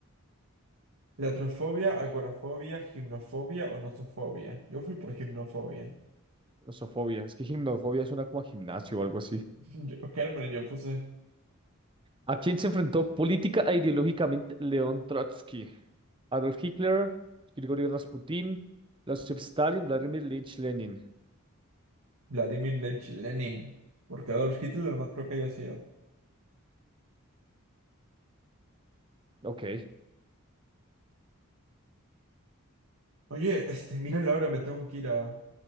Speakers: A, on the right; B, on the right.
A: Latrofobia, agorafobia, gimnofobia o nosofobia. Yo fui por gimnofobia.
B: nosofobia. Es que gimnofobia suena como a gimnasio o algo así.
A: <laughs> Yo, Germán, yo puse
B: ¿A quién se enfrentó política e ideológicamente León Trotsky? Adolf Hitler, Grigori Rasputin, Joseph Stalin, Vladimir Lich Lenin.
A: Vladimir Lech Lenin. Porque Adolf Hitler no creo que haya sido.
B: Ok.
A: Oye, este, mira Laura, me tengo que ir a...